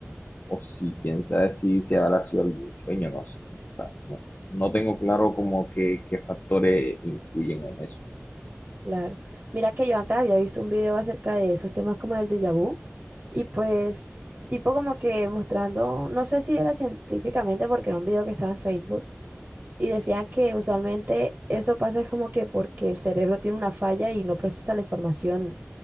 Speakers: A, on the left; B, on the right.
A: O si, quién sabe si, si habrá sido algún sueño, no sé. O sea, no, no tengo claro como que qué factores influyen en eso.
B: Claro. Mira que yo antes había visto un video acerca de esos temas como el déjà vu y pues tipo como que mostrando, no sé si era científicamente porque era un video que estaba en Facebook y decían que usualmente eso pasa es como que porque el cerebro tiene una falla y no procesa la información